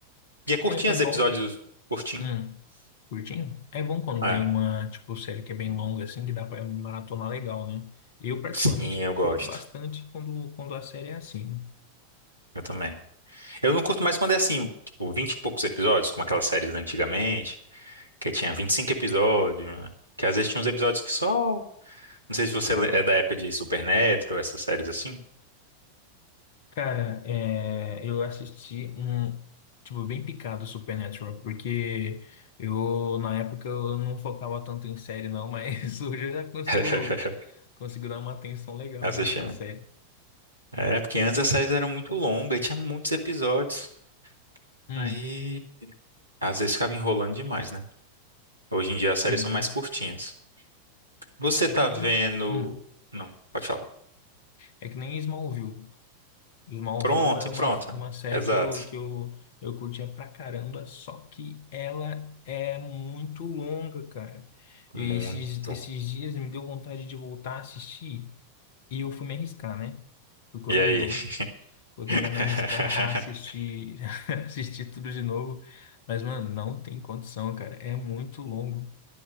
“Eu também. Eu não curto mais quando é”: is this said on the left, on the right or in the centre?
Right